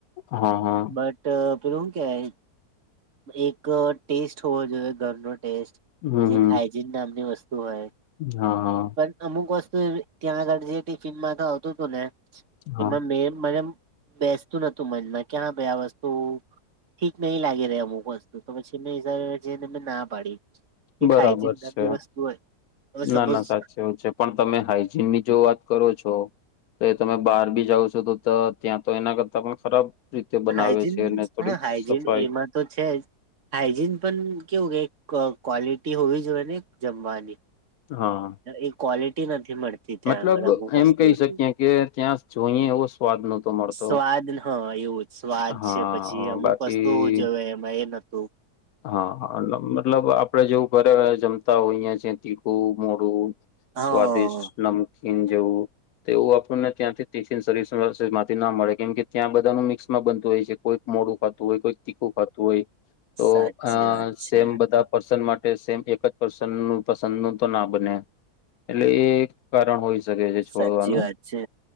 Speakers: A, on the left; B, on the right.
A: હા હા.
B: બટ પેલું હું કેવાય એક ટેસ્ટ હોવો જોઈએ ઘરનો ટેસ્ટ
A: હમ
B: જે
A: હમ
B: એક હાઈજીન નામની વસ્તુ હોય.
A: હા હા.
B: પણ અમુક ત્યાં આગળ જે ટિફિનમાં તો આવતું ને
A: હા
B: એમાં મે મને બેસતું નતું મનમાં ક્યા ભાઈ આ વસ્તુ ઠીક નહિ લાગી રેય અમુક વસ્તુ. તો પછી મેં હિસાબે જઈને મેં ના પાડી. એક
A: બરાબર
B: હાઈજીન નામની
A: છે.
B: વસ્તુ હોય હવે
A: ના
B: સપોઝ
A: ના સાચ એવું છે. પણ તમે હાાઈજીન ની જો વાત કરો છો. તો એ તમે બહાર બી જાાવ છો તો ત્યાં તો એના કરતા પણ ખરાબ રીતે બનાવે
B: હાઈજીન
A: છે
B: મીન્સ
A: અનેને થોડીક
B: હા હાઈજીન
A: સફાઈ
B: એમાં તો છે જ હાાઈજીન પણ કેવું કે ક્વોલિટી હોવી જોઈએ ને જમવાની
A: હા.
B: એ ક્વોલિટી નથી મળ તી ત્યાં
A: મતલબ
B: આગળ અમુક વસ્તુ
A: એમ કહી
B: હતું
A: શકીએ કે ત્યાં જોઈએ એવો સ્વાદ નહોતો મળતો
B: સ્વાદ હ એવું સ્વાદ
A: હા
B: છે. પછી અમુક
A: બાકી
B: વસ્તુ જોવે એમાં એ નતું
A: હા મતલબ આપડે જેવું ઘરે જમતા હોય અહંયા જે તીખું મોડું
B: હા
A: સ્વાદિષ્ટ નમકીન જેવું તો એવું આપણને ત્યાંથી તિફિન સર્વિસ માંથી ના મળે કેમ કે ત્યાં બધાનું મિક્સમાં બનતુ હોય છે. કોઈક મોડું ખાતું હોય કોઈ તીખું ખાતું હોય તો
B: સાચી
A: અ
B: વાત છે
A: સેમ બધા પર્સન માટે સેમ એક જ પર્સન ન પસંદ નું તો ના બને. એટલે એ કારણ હોઈ શકે છે છોડવાનું
B: સાચી વાત છે